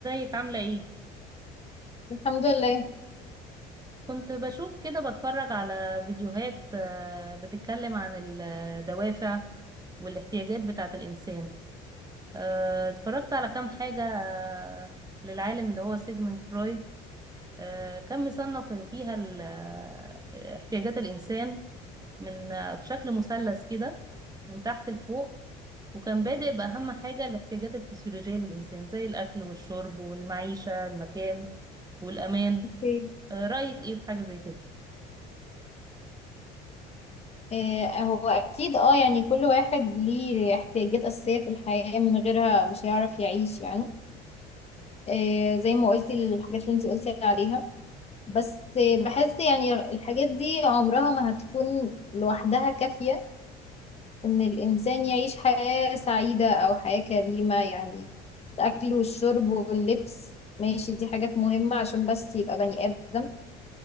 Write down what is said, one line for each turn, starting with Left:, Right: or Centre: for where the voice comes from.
Right: ازيك عاملة ايه؟
Left: الحمد لله
Right: كنت بشوف كده بتفرج على فيديوهات آه، بتتكلم عن الدوافع والاحتياجات بتاعة الإنسان آه، اتفرجت على كام حاجة آه، للعالم اللي هو سيجموند فرويد آه، كان مصنف فيها ال- آه، احتياجات الإنسان من آه، بشكل مثلث كده من تحت لفوق وكان بادئ بأهم حاجة الاحتياجات الفسيولوجية للإنسان زي الأكل والشرب والمعيشة المكان والأمان
Left: اوكي
Right: آه، رأيك ايه في حاجة زي كده؟
Left: آه، هو اكيد اه يعني كل واحد ليه احتياجات اساسيه في الحياه من غيرها مش هيعرف يعيش يعني آه، زي ما قلتي الحاجات اللي انت قلتي عليها بس آه، بحس يعني الحاجات دي عمرها ما هتكون لوحدها كافيه ان الانسان يعيش حياه سعيده او حياه كريمه يعني الاكل والشرب واللبس ماشي دي حاجات مهمه عشان بس يبقى بني ادم